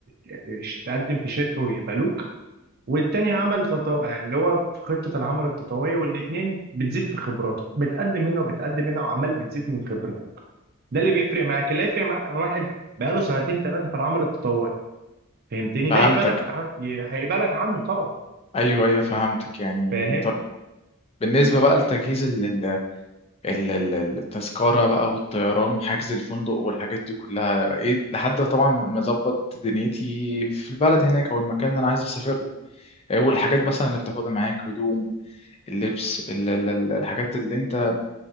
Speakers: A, on the right; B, on the left.
A: إيش- تقدم في شركه ويقبلوك والتاني عمل تطوعي اللي هو في خطه العمل التطوعيه والاتنين بتزيد في خبراتك بتقدم هنا وبتقدم هنا وعمال بتزيد من خبرتك ده اللي بيفرق معاك اللي هيفرق معاك عن واحد بقاله سنتين ثلاثه في العمل التطوعي فهمتني
B: فهمتك
A: ده يقبلك ع- ي- هيقبلك عنه طبعا
B: ايوه ايوه فهمتك يعني
A: فاهم
B: طيب بالنسبه بقى لتجهيز ال- ال- ال- التذكرة بقى والطيران وحجز الفندق والحاجات دي كلها ايه لحد طبعا ما اظبط دنيتي في البلد هناك او المكان اللي انا عايز اسافر له إيه والحاجات مثلا اللي بتاخدها معاك هدوم اللبس ال- ال- ال- الحاجات اللي انت